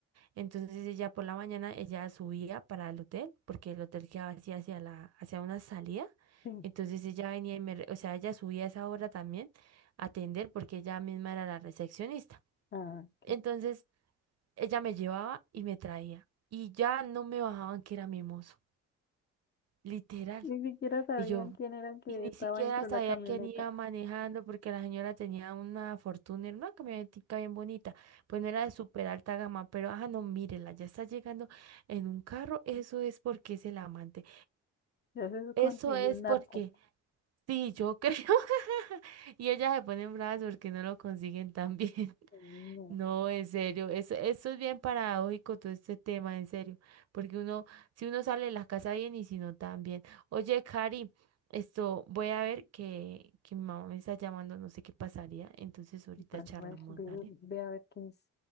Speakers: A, on the right; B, on the left.
A: Entonces ella por la mañana, ella subía para el hotel, porque el hotel quedaba así hacia la, hacia una salida.
B: sí,
A: Entonces ella venía y me, re- o sea, ella subía a esa hora también a atender porque ella misma era la recepcionista.
B: ah, ok.
A: Entonces ella me llevaba y me traía. Y ya no me bajaban que era mimoso, literal.
B: Ni siquiera sabían
A: Y yo,
B: quién era el que
A: y ni
B: estaba
A: siquiera
B: dentro
A: sabía
B: de la camioneta.
A: quién iba manejando porque la señora tenía una Fortuner, una camionetica bien bonita. Pues no era de súper alta gama, pero ajá, no, mírela, ya está llegando en un carro. Eso es porque es el amante.
B: Ya se consiguió
A: Eso es
B: un narco.
A: porque, sí, yo creo. <laughs> Y ella se pone en brazos porque no lo consiguen tan bien.
B: No,
A: No, en serio, eso, eso es bien paradójico todo este tema, en serio, porque uno, si uno sale de la casa bien y si no también. Oye, Cari, esto, voy a ver que, que mi mamá me está llamando, no sé qué pasaría, entonces ahorita
B: para-
A: charlamos,
B: para- ve,
A: ¿vale?
B: ve a ver qué es.